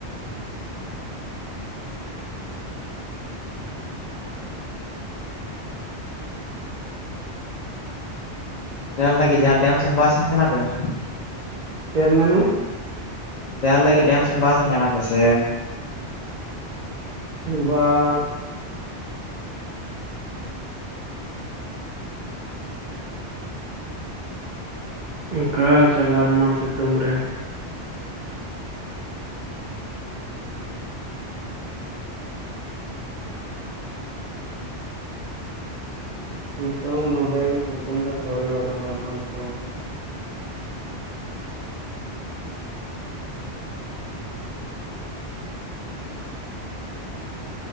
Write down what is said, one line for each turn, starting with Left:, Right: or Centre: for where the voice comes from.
Left: ᱨᱮᱭᱟᱲ ᱞᱟᱹᱜᱤᱫ ᱡᱟᱦᱟᱸ ᱰᱮᱢ ᱥᱮᱱ ᱵᱟᱝ ᱥᱮᱱ ᱟᱠᱟᱱᱟ ᱯᱮ
Right: ᱪᱮᱫ ᱢᱮᱱᱟᱢ
Left: ᱨᱮᱭᱟᱲ ᱞᱟᱹᱜᱤᱫ ᱰᱮᱢ ᱥᱮᱱ ᱵᱟᱝ ᱥᱮᱱ ᱠᱟᱱᱟ ᱯᱮᱥᱮ
Right: ᱵᱟᱝ ᱚᱠᱟᱨᱮ ᱪᱟᱞᱟᱣᱱᱟ ᱥᱤᱛᱩᱝ ᱨᱮ ᱱᱤᱛᱚᱝ ᱱᱚᱰᱮ ᱥᱤᱛᱩᱝ ᱫᱚ ᱛᱷᱚᱲᱤ ᱩᱰᱩᱝ ᱜᱟᱱᱚᱜᱼᱟ᱾ ᱱᱤᱛᱚᱝ